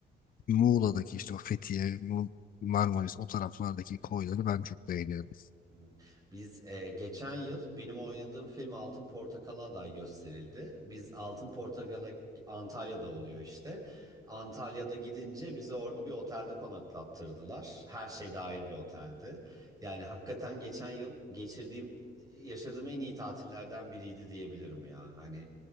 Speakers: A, on the left; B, on the right.
A: Muğla'daki işte o Fethiye, Mu- Marmaris o taraflardaki koyları ben çok beğeniyorum.
B: Evet. Biz e, geçen yıl benim oynadığım film Altın Portakal'a aday gösterildi. Biz Altın Portakal'a Antalya'da oluyor işte. Antalya'da gidince bizi orada bir otelde konaklattırdılar. Her şey dahil bir oteldi. Yani hakikaten geçen yıl geçirdiğim, yaşadığım en iyi tatillerden biriydi diyebilirim ya. Hani